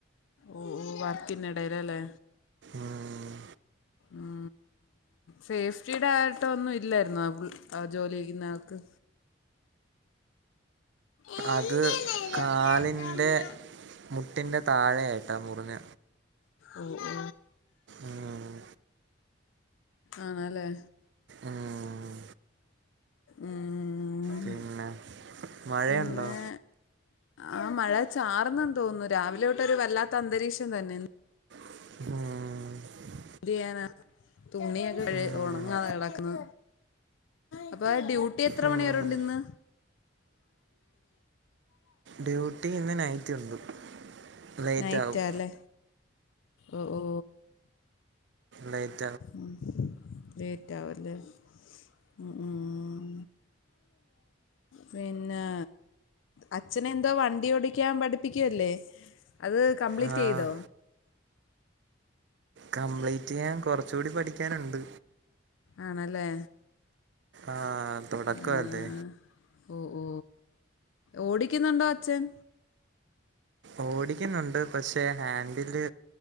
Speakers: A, on the left; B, on the right.
A: ഓ ഓ വർക്കിന്നിടേല് അല്ലേ
B: ആഹ്
A: ആ സേഫ്റ്റിയുടെ ആയിട്ട ഒന്നും ഇല്ലായിരുന്നോ ആ ആ ജോലി ചെയ്യുന്ന ആൾക്ക് എന്തിനാ
B: അത്
A: ഇതൊക്കെ
B: കാലിൻ്റെ
A: ഇട്ട് അമ്മ
B: മു ട്ടിന്റെ താഴെയായിട്ടാ മുറിഞ്ഞ
A: ഓ ഓ
B: ഉം.
A: ആണല്ലേ
B: ഉം.
A: ഉം
B: പിന്നെ മഴയുണ്ടോ
A: പിന്നെ ആ മഴ ചാർന്നെന്ന് തോന്നുന്നു രാവിലെ തൊട്ടൊരു വല്ലാത്ത അന്തരീക്ഷം തന്നെ ഇന്ന്
B: ആഹ്
A: ന്തെയ്യാനാ. തുണിയൊക്കെ <unintelligible>
B: ഉം.
A: ഉണങ്ങാതെ കെടക്കുന്ന് അ പ്പ ഡ്യൂട്ടി എത്ര
B: ഉം
A: മണി വരെ ഉണ്ട് ഇന്ന്
B: ഡ്യൂട്ടി ഇന്ന് നൈറ്റ് ഉണ്ട് ലേറ്റ്
A: നൈറ്റാല്ലേ
B: ആവും
A: ഒ ഓ
B: റ്റു <unintelligible>
A: ഉം ലേറ്റ് ആവല്ലേ ഉ ഉം പിന്നെ അച്ഛനെ എന്തോ വണ്ടി ഓടിക്കാൻ പഠിപ്പിക്കുവല്ലേ അത് കംപ്ലീറ്റ്
B: ആഹ്
A: ചെയ്തോ
B: കംപ്ലീറ്റ് ചെയ്യാൻ കൊറച്ച് കൂടി പഠിക്കാനുണ്ട്
A: ആണല്ലേ
B: ആഹ് തുടക്കവല്ലേ
A: ആഹ് ഓ ഓ ഓടിക്കുന്നുണ്ടോ അച്ഛൻ
B: ഓടിക്കുന്നുണ്ട് പക്ഷെ ഹാൻഡില്